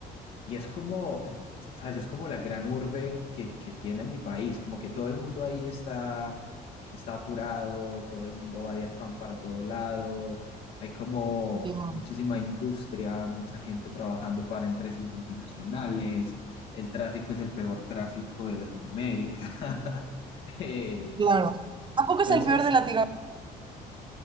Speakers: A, on the left; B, on the right.
A: y es como, eh, ¿sabes? Es como la gran urbe que, que tiene mi país, como que todo el mundo ahí está, está apurado, todo el mundo va de afán para todo lado, hay como
B: claro,
A: muchísima industria, mucha gente trabajando para empresas multinacionales, el tráfico es el peor tráfico de Latinoamérica. <laughs> Eh,
B: claro. ¿A es
A: entonces,
B: el peor de Latinoamérica,